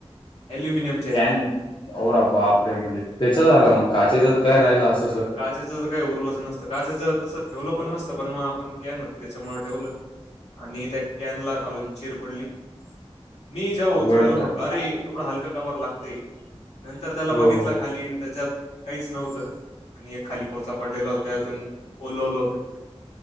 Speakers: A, on the left; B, on the left.
A: अल्युमिनियम
B: कॅन ओरा बापरे म्हणजे त्याच्या आला मग काचेच तर काय राहिला असत
A: काच्याच काही उरलंच नसत का त्याचं तं ठेवलं पण नसत पण मग आपण का न त्याच्यामुळे ठेवलं आणि त्या कॅनला खालून चिर पडली मी जाऊ
B: अवघडच
A: चललं
B: झालं
A: म्हटल अरे एवढा हलका कवर लागतंय नंतर त्याला
B: हो
A: बघितलं
B: हो
A: खाली
B: हो
A: त्याच्यात काहीच नव्हतं आणि एक खाली कोळचा पडलेला होता त्यातून ओलो ललं होत तिथे